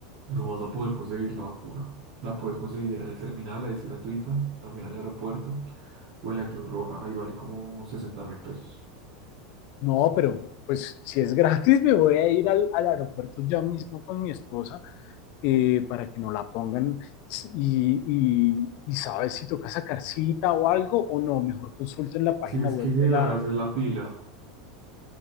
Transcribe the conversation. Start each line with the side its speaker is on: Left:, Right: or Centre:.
Right: no vas a poder conseguir la vacuna. La puedes conseguir en el terminal, ahí es gratuita, también al aeropuerto o en la Cruz Roja, ahí vale como sesenta mil pesos.
Left: No, pero pues si es gratis me voy a ir al, al aeropuerto ya mismo con mi esposa eh, para que no la pongan y, y, y sabes si toca sacar cita o algo o no, mejor consulten la página
Right: Tienes
Left: web
Right: que llegar
Left: de la...
Right: a hacer la fila,